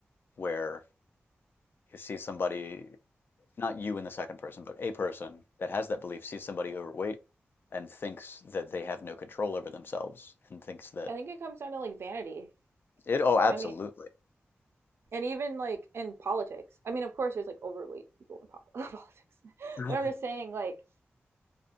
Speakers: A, on the left; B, on the right.
A: where you see somebody, not you in the second person, but a person that has that belief sees somebody overweight and thinks that they have no control over themselves and thinks that
B: I think it comes down to like vanity.
A: it, oh, absolutely.
B: I mean, and even like in politics. I mean, of course, there's like overweight people in po- politics, <laughs>
A: <laughs>
B: but I'm just saying, like,